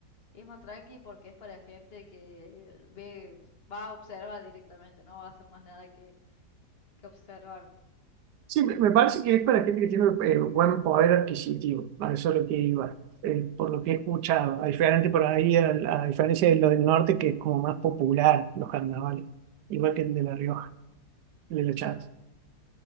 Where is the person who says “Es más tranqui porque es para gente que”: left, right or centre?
Left